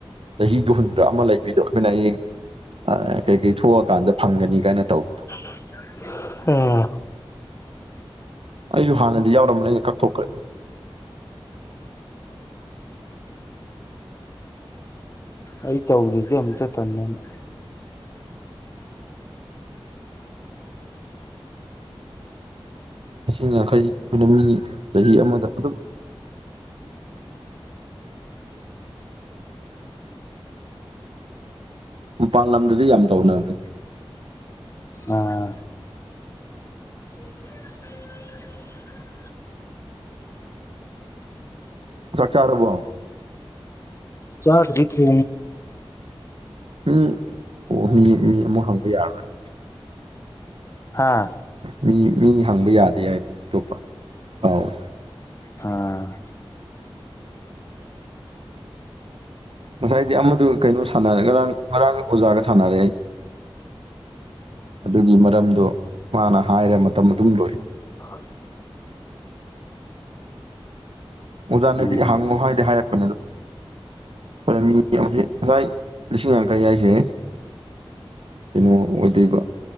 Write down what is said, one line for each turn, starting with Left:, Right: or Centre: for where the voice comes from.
Right: ꯆꯍꯤꯒ ꯍꯨꯟꯗ꯭ꯔꯥ ꯑꯃ ꯂꯩꯕꯤꯗꯣ ꯑꯩꯈꯣꯏꯅ ꯍꯌꯦꯡ ꯀꯩ ꯀꯩ ꯊꯣꯛꯑꯀꯥꯟꯗ ꯐꯪꯒꯅꯤ ꯀꯥꯏꯅ ꯇꯧꯒ
Left: ꯎ
Right: ꯑꯩꯁꯨ ꯍꯥꯟꯅꯗꯤ ꯌꯥꯎꯔꯝꯕꯅꯦ ꯑꯩꯅ ꯀꯛꯊꯣꯛꯈ꯭ꯔꯦ
Left: ꯑꯩ ꯇꯧꯗ꯭ꯗꯤꯦ ꯑꯃꯨꯛꯇ ꯇꯟꯅꯅ
Right: ꯂꯤ ꯌꯥꯡꯈꯩ ꯑꯩꯈꯣꯏꯅ ꯃꯤꯒꯤ ꯆꯍꯤ ꯑꯃꯗ ꯑꯗꯨꯝ ꯃꯄꯥꯟ ꯂꯝꯗꯗꯤ ꯌꯥꯝ ꯇꯧꯅꯈ꯭ꯔꯦ
Left: ꯑꯣ <unintelligible>
Right: ꯁ꯭ꯆꯥꯔꯨꯕ
Left: ꯆꯥꯗꯔꯤꯀ
Right: ꯃꯤ ꯑꯣ ꯃꯤ ꯃꯤ ꯑꯃꯨ ꯍꯪꯕ ꯌꯥꯔꯔꯣꯏ
Left: ꯍꯥꯥ
Right: ꯃꯤ ꯃꯤ ꯍꯪꯕ ꯌꯥꯗꯦ ꯍꯥꯏꯕꯕꯨ ꯑꯇꯣꯞꯄ ꯀꯥꯎꯋꯦ
Left: ꯑꯥ
Right: ꯉꯁꯥꯏꯗꯤ ꯑꯃꯗꯨ ꯀꯩꯅꯣ ꯁꯅꯔ ꯉꯔꯥꯡ ꯉꯔꯥꯡꯒ ꯑꯣꯖꯥꯒ ꯁꯥꯟꯅꯔꯦ ꯑꯩ ꯑꯗꯨꯒꯤ ꯃꯔꯝꯗꯣ ꯃꯥꯅ ꯍꯥꯏꯔ ꯃꯇꯝ ꯑꯗꯨꯝ ꯂꯣꯏ
Left: ꯍ
Right: ꯑꯣꯖꯥꯅꯗꯤ
Left: ꯎꯝ
Right: ꯍꯪꯉꯨ ꯍꯥꯏꯗꯤ ꯍꯥꯏꯔꯛꯄꯅꯦ ꯑꯗꯨꯣ ꯍ ꯃꯤ ꯉꯁꯥꯏ ꯂꯤꯁꯤꯡ ꯌꯥꯡꯈꯩ ꯍꯥꯏꯏꯁꯦ ꯀꯩꯅꯣ ꯑꯣꯏꯗꯣꯏꯕ